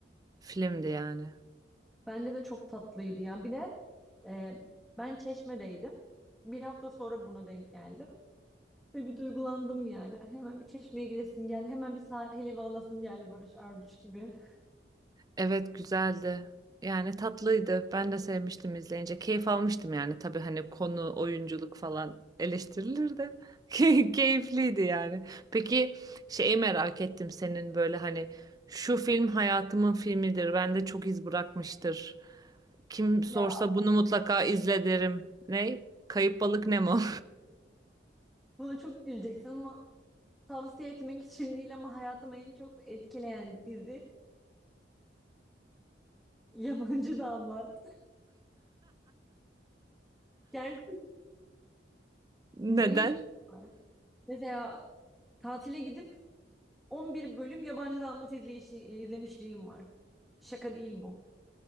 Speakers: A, on the right; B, in the centre.
A: filmdi yani.
B: Bence de çok tatlıydı. Yani bir de Ee, ben Çeşme'deydim. Bir hafta sonra buna denk geldim. Ve bir duygulandım yani. Hemen bir Çeşme'ye gidesim geldi. Hemen bir sahil evi alasım geldi Barış Arduç gibi.
A: Evet güzeldi. Yani tatlıydı. Ben de sevmiştim izleyince. Keyif almıştım yani. Tabii hani konu, oyunculuk falan eleştirilir de <laughs> key- keyifliydi yani. Peki şeyi merak ettim senin böyle hani şu film hayatımın filmidir. Bende çok iz bırakmıştır. Kim
B: <laughs>
A: sorsa
B: Ya.
A: bunu mutlaka izle derim. Ne? Kayıp Balık Nemo.
B: Buna çok güleceksin ama tavsiye etmek için değil ama hayatımı en çok etkileyen dizi <laughs> Yabancı Damat. Gerçek
A: <laughs>
B: benim
A: Neden?
B: şey var. Mesela tatile gidip 11 bölüm Yabancı Damat izleyişi, izlemişliğim var. Şaka değil bu.